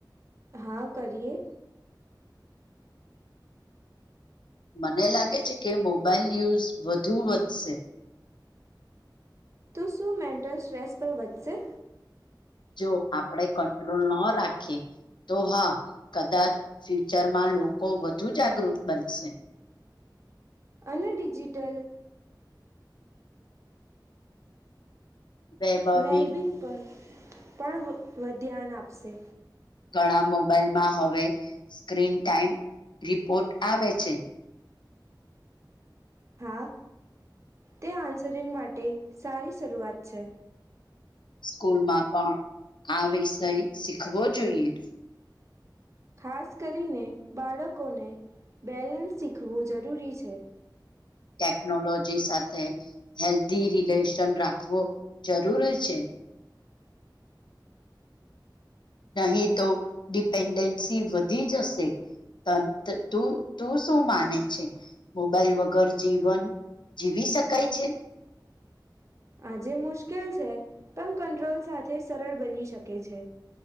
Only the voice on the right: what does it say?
હા કરીએ.
તું શું મેન્ટલ સ્ટ્રેસ પર વધશે?
અને ડિજિટલ
વેલબિંગ પર પણ વ વ ધ્યાન આપશે.
હા તે આન્સરિંગ માટે સારી શરૂઆત છે.
ખાસ કરીને બાળકોને બેલેન્સ શીખવું જરૂરી છે.
આજે મુશ્કેલ છે, પણ કંટ્રોલ સાથે સરળ બની શકે છે.